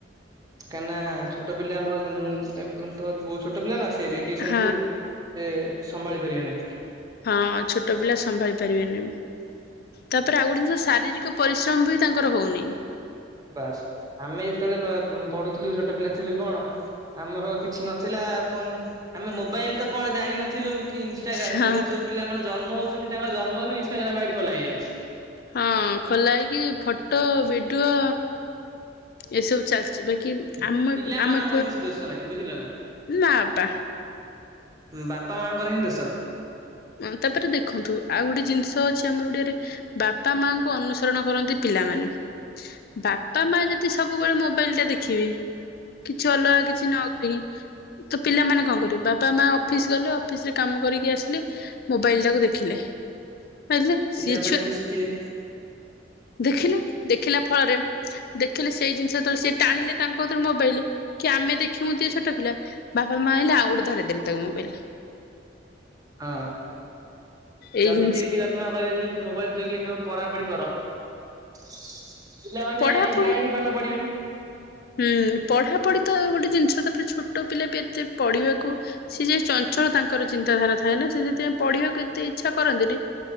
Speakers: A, on the right (about 20°); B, on the left (about 55°).
A: କାହିଁକିନା ଛୋଟ ପିଲାଙ୍କ ମୁ ମୁ ତ ବହୁତ ଛୋଟ ପିଲା ନା ସେ ରେଡ଼ିଏସନକୁ
B: ହଁ
A: ସେ ସମ୍ଭାଳି ପାରିବେ ନାହିଁ।
B: ହଁ ଛୋଟ ପିଲା ସମ୍ଭାଳି ପାରିବେନି। ତାପରେ ଆଉ ଗୋଟେ ଜିନଷ ଶାରୀରିକ ପରିଶ୍ରମ ବି ତାଙ୍କର ହୋଉନି।
A: ବାସ୍ ଆମେ ଯେତେବେଳେ ପଢୁଥିଲୁ ଛୋଟ ପିଲା ଥିଲୁ କଣ ଆମର କିଛି ନଥିଲା ଫୋନ୍ ଆମେ ମୋବାଇଲ ତ କଣ ଜାଣିନଥିଲୁ। କି ଇନଷ୍ଟାଗ୍ରାମ୍
B: ହଁ
A: ଏବେ ତ ଯୋଉ ପିଲାମାନେ ଜନ୍ମ ହେଉଛନ୍ତି ତାଙ୍କ ଜନ୍ମରୁ ଇନଷ୍ଟାଗ୍ରାମ ଆଇଡି ଖୋଲାହେଇଯାଉଛି।
B: ହଁ ଖୋଲା ହେଇକି ଫଟୋ ଭିଡିଓ ଏସବୁ ଚାଲିଛି ବାକି ଆମ
A: ପିଲାମାନଙ୍କର
B: ଆମ
A: କିଛି ଦୋଷ ନାହିଁ ବୁଝିଲ ନା
B: ନା ପା
A: ବାପା ମାଆଙ୍କର ହିଁ ଦୋଷ।
B: ଅ ତାପରେ ଦେଖନ୍ତୁ ଆଉ ଗୋଟେ ଜିନିଷ ଅଛି ଆମର ଓଡିଆରେ ବାପା ମାଙ୍କୁ ଅନୁସରଣ କରନ୍ତି ପିଲାମାନେ। ବାପା ମା ଯଦି ସବୁବେଳେ ମୋବାଇଲ ଟା ଦେଖିବେ କିଛି ଅଲଗା କିଛି ନ ତ ପିଲାମାନେ କଣ କରିବେ ବାପା ମା ଅଫିସ ଗଲେ ଅଫିସ ରେ କାମ କରିକି ଆସିଲେ ମୋବାଇଲ ଟାକୁ ଦେଖିଲେ ଦେଖିଲେ
A: ପିଲାମାନେ
B: ସିଏ ଛୁ
A: ବି ଶିଖିଲେ।
B: ଦେଖିଲେ ଦେଖିଲା ଫଳରେ ଦେଖିଲେ ସେଇ ଜିନିଷ ଯେତେବେଳ ସିଏ ଟାଣିଲେ ତାଙ୍କ କତିରୁ ମୋବାଇଲ କି ଆମେ ଦେଖିବୁ ଦିଅ ଛୋଟ ପିଲା ବାପା ମା ଆଇଲେ ଆଉ ଗୋଟେ ଧରେଇ ଦେଲେ ତାକୁ ମୋବାଇଲ।
A: ହଁ
B: ଏଇ
A: ଯଦି
B: ଜିନିଷ
A: ସେଇଠି ବାପା ମା କହିବେ କି ମୋବାଇଲ ଥୋଇକି ଛୁଆ ପଢାପଢି କର ପିଲାମାନେ
B: ପଢାପଢି
A: କାହିଁକି ପାଠ ପଢିବେନି?
B: ହୁଁ ପଢାପଢି ତ ଗୋଟେ ଜିନିଷ ତାପରେ ଛୋଟ ପିଲା ବି ଏତେ ପଢିବାକୁ ସେ ଯେ ଚଞ୍ଚଳ ତାଙ୍କର ଚିନ୍ତାଧାରା ଥାଏ ନା ସେ ସେଥିପାଇଁ ପଢିବାକୁ ଏତେ ଇଚ୍ଛା କରନ୍ତିନି।